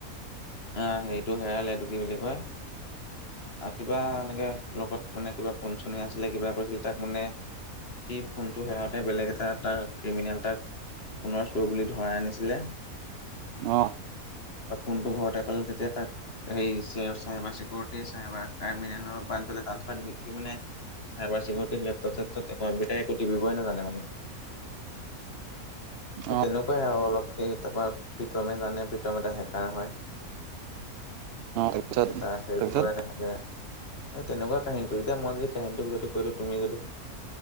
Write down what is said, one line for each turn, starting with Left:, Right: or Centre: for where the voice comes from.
Left: অ'হেৰিটো হেৰালে এটো কি বুলি কয়। কিবা এনেকে লগত মানে কিবা ফোন চোন আছিলে কিবা কৰিছিলে তাক মানে। সেই ফোনটো হেৰাওঁতে বেলেগ এটা তাৰ ক্ৰিমিনেল এতাক। পুনৰ চুৰ বুলি ধৰাই আনিছিলে।
Right: অঁ।
Left: ফোনটো ঘৰতে পালে তেতিয়া তাক। এই চিকৰিটি চবাৰিলে <unintelligible> মানে। চাইবাৰিকিৰিটি লেপটপ চেট কম্পিউটাৰ একু টিপিবইনেজানে মানে।
Right: অ
Left: তেনেকুৱাই আৰু অলপ তাৰ পৰা প্ৰীতমে জানে প্ৰীতম এটা হেকাৰ হয়।
Right: তাৰপিছত
Left: এ তাৰ হেল্প
Right: তাৰপিছত
Left: কৰে তেনেকে। এ তেনেকুৱা কাহিনীটো এতিয়া মই যদি কাহিনীটো গোটেইটো কৈ দিও তুমি যদি,